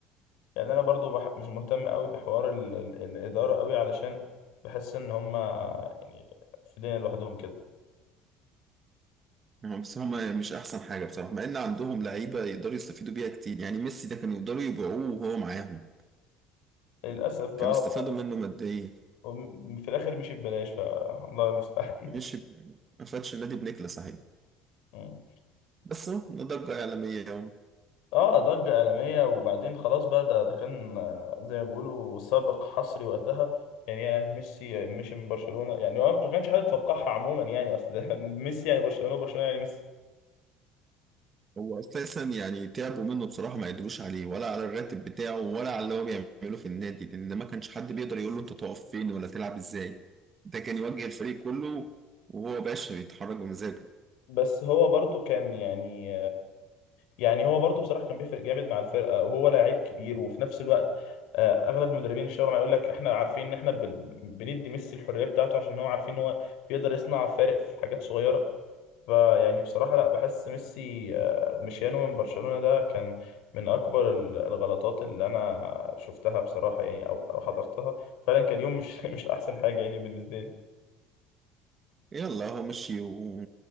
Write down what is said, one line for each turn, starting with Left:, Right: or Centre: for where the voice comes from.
Left: يعني انا برضو بح... مش مهتم قوي بحوار ال... ال... الاداره قوي علشان بحس ان هم يعني في دنيا لوحدهم كده
Right: هم- بس هم مش احسن حاجه بصراحه مع ان عندهم لعيبه يقدروا يستفيدوا بيها كتير يعني ميسي ده كانوا يقدروا يبيعوه وهو معاهم
Left: للأسف بقى
Right: كانوا استفادوا
Left: هو
Right: منه ماديا
Left: وم- في الآخر مشي ببلاش فالله المستعان
Right: مش ما فادش النادي بنكله صحيح
Left: <laughs> مم.
Right: بس هو ده ضجه اعلاميه اهو
Left: اه ضجة عالمية وبعدين خلاص بقى ده ده كان آه، زي ما بيقولوا سابق حصري وقتها يعني يا ميسي مشي من برشلونة يعني هو ما كانش حد يتوقعها عموما يعني أصل <laughs> ميسي يعني برشلونة وبرشلونة يعني ميسي
Right: هو اساسا يعني تعبوا منه بصراحه ما قدروش عليه ولا على الراتب بتاعه ولا على اللي هو بيعمله في النادي لان ما كانش حد بيقدر يقول له انت تقف فين ولا تلعب ازاي ده كان يوجه الفريق كله وهو باشا بيتحرك بمزاجه
Left: بس هو برضو كان يعني يعني هو برضه بصراحه كان بيفرق جامد مع الفرقه وهو لعيب كبير وفي نفس الوقت آه، اغلب المدربين الشاورما معاه يقول لك احنا عارفين ان احنا بن- بندي ميسي الحريه بتاعته عشان هو عارفين ان هو بيقدر يصنع فارق في حاجات صغيره فيعني بصراحه لا بحس ميسي آه، مشيانه من برشلونه ده كان من اكبر ال- الغلطات اللي انا شفتها بصراحه يعني او او حضرتها فعلا كان يوم مش <laughs> مش احسن حاجه يعني بالنسبه لي
Right: يلا هو مشي و...